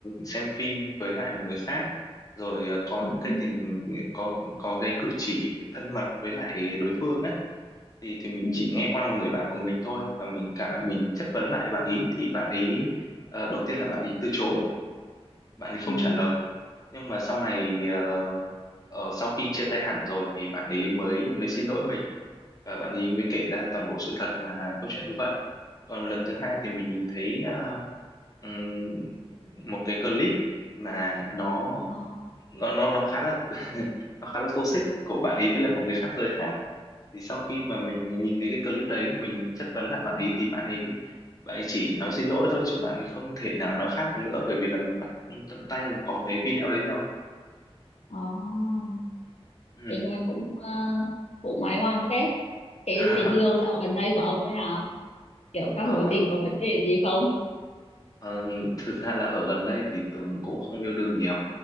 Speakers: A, on the left; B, on the left.
A: xem phim với lại một người khác rồi ờ, có
B: ừ
A: những cái
B: ừ
A: tình có có cái cử chỉ thân mật với lại đối phương ấy thì thì mình
B: ừ
A: chỉ nghe qua một người bạn của mình thôi và mình cả mình chất vấn lại bạn ý thì bạn ý ờ, đầu tiên là bạn ý từ chối bạn ý không
B: ừ
A: trả lời nhưng mà sau này ờ, ờ, sau khi chia tay hẳn rồi thì bạn ấy mới mới xin lỗi mình và bạn ấy mới kể ra toàn bộ sự thật là câu chuyện như vậy còn lần thứ hai thì mình nhìn thấy ờ, ừm, một cái clip mà nó
B: ờ
A: nó nó nó khá là <laughs> nó khá là toxic của bạn ấy với lại một người khác giới khác thì sau khi mà mình nhìn thấy cái clip đấy mình chất vấn lại bạn ấy thì bạn ấy bạn ấy chỉ nói xin lỗi thôi chứ bạn ấy không thể nào nói khác được nữa bởi vì là mình bắt tận tay là có cái video đấy rồi
B: ờ
A: Ừ.
B: thì nghe cũng ờ, cũng ngoái ngoăm phết cái
A: <laughs>
B: tình yêu dạo gần đây của ông thế nào kiểu các
A: Ờ,
B: mối tình có vấn đề gì không
A: ờ, thực ra là ở gần đây thì Tường cũng không yêu đương nhiều.